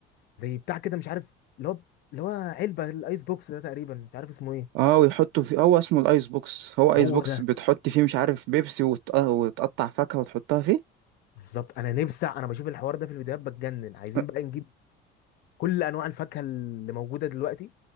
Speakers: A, on the left; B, on the right.
A: زي بتاع كده مش عارف اللي هو اللي هو علبه الايس بوكس ده تقريبا مش عارف اسمه ايه
B: اه ويحطوا فيه هو اسمه الايس بوكس هو ايس
A: هو
B: بوكس
A: ده
B: بتحط فيه مش عارف بيبسي وت... وتقطع فاكهه وتحطها فيه
A: بالظبط انا نفسي انا بشوف الحوار ده في الفيديوهات بتجنن عايزين
B: أه،
A: بقى نجيب كل انواع الفاكهه اللي موجوده دلوقتي